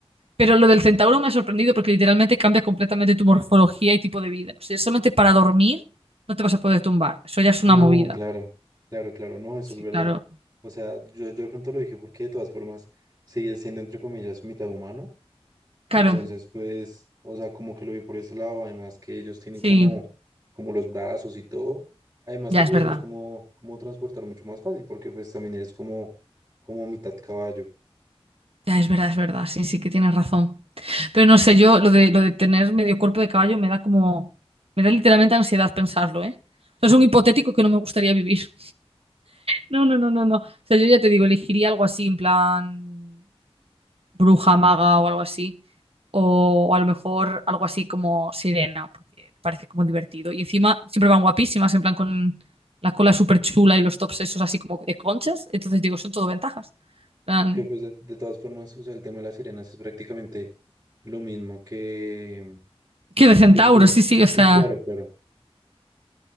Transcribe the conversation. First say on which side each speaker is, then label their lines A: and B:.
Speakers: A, on the right; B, on the right.
A: Pero lo del centauro me ha sorprendido porque literalmente cambia completamente tu morfología y tipo de vida. O sea, solamente para dormir no te vas a poder tumbar. Eso ya es
B: no,
A: una movida.
B: claro, claro, claro, no, eso
A: Sí,
B: es verdad.
A: claro.
B: O sea, yo, yo de pronto lo dije porque de todas formas sigue siendo entre comillas mitad humano.
A: Claro,
B: Entonces, pues, o sea, como que lo vi por ese lado, además que ellos tienen
A: sí,
B: como, como los brazos y todo. Además,
A: ya
B: te podrías
A: es verdad,
B: como, como transportar mucho más fácil, porque pues también eres como, como mitad caballo.
A: ya es verdad, es verdad, sí, sí que tienes razón. Pero no sé, yo lo de, lo de tener medio cuerpo de caballo me da como, me da literalmente ansiedad pensarlo, ¿eh? O sea, es un hipotético que no me gustaría vivir. No, no, no, no, no. O sea, yo ya te digo, elegiría algo así, en plan. bruja, maga o algo así. O, o a lo mejor algo así como sirena, porque me parece como divertido. Y encima siempre van guapísimas, en plan con la cola súper chula y los tops esos así como de conchas. Entonces digo, son todo ventajas. En plan,
B: Aunque pues de, de todas formas, o sea, el tema de las sirenas es prácticamente lo mismo que,
A: que de centauro,
B: que pues,
A: sí, sí,
B: sí,
A: o sea,
B: claro, claro.